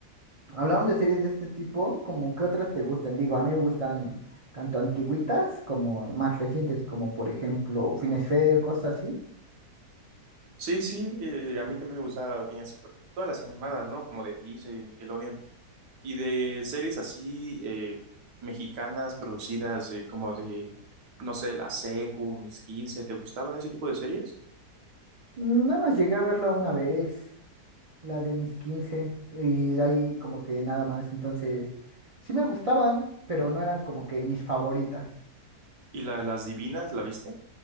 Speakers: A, on the right; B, on the right.
A: Hablando de series de este tipo, como qué otras te gustan? Digo, a mí me gustan tanto antiguitas como más recientes, como por ejemplo finesfer, cosas así.
B: Sí, sí, eh, a mí también me gusta Phineas y Ferb. Pues todas las animadas, ¿no? Como de Disney, de Nickelodeon y de series así eh, mexicanas producidas de, como de, no sé, La Secu, Mis Quince. ¿te gustaban ese tipo de series?
A: Nada más llegué a verla una vez, la de mis 15 y de ahí como que nada más. Entonces, sí me gustaban, pero no eran como que mis favoritas.
B: ¿Y la de las divinas, la viste?